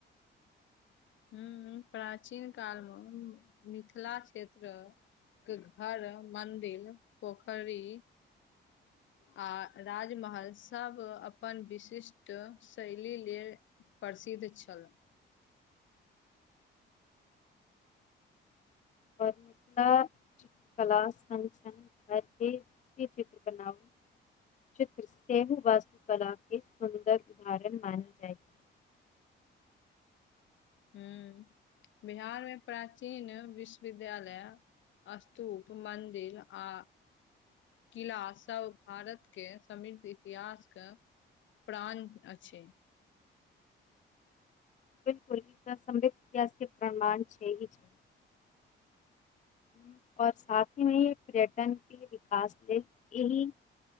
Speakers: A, on the left; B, on the left.
A: हाँ प्राचीन काल में मिथिला क्षेत्र घर मन्दिर पोखड़ी आ राजमहलसभ अपन विशिष्ट शैली लेल परसिद्ध छल
B: आओर मिथिला <unintelligible> कला सग सग घरके चित्र बनाउ <unintelligible> चित्र सेहो वास्तुकलाके सुन्दर उदाहरण मानल जाइत छै
A: ह बिहारमे प्राचीन विश्वविद्यालय स्तूप मन्दिर आ किला सब भारत के समृद्ध इतिहासके प्राण अछि
B: बिल्कुल ई त समृद्ध इतिहास के प्रमाण छै ही छै
A: <inaudible>
B: हम्म, और साथ हीमे पर्यटन के विकास लेल यह